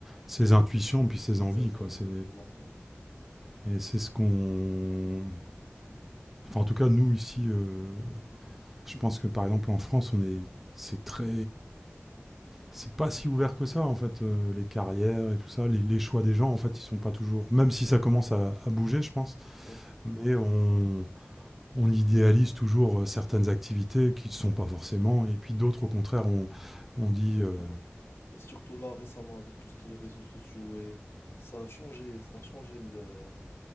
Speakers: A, in the centre; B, on the left.
A: ses intuitions, puis ses envies,
B: exactement,
A: quoi. C'est,
B: exactement.
A: et c'est ce qu'on. Enfin, en tout cas, nous ici, euh, je pense que par exemple en France, on est. C'est très. C'est pas si ouvert que ça, en fait, euh, les carrières et tout ça. Les, les choix des gens, en fait, ils sont pas toujours. Même si ça commence à, à bouger, je pense.
B: Ouais,
A: mais on, on idéalise toujours euh, certaines activités qui ne sont pas forcément, et puis d'autres, au contraire, on, on dit
B: Exactement.
A: euh,
B: Et surtout là, récemment, avec tout ce qui est réseaux sociaux, et ça a changé, ça a changé le-